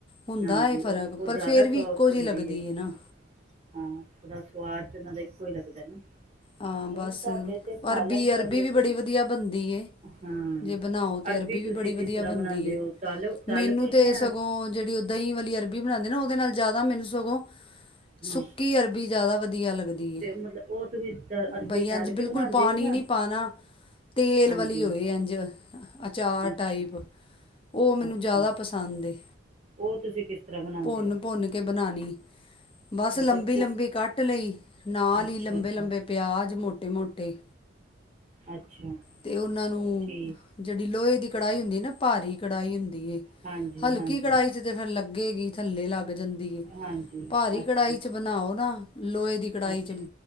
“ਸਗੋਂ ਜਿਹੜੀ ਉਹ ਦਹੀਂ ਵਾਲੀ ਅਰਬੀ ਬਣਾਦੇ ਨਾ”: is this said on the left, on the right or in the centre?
Left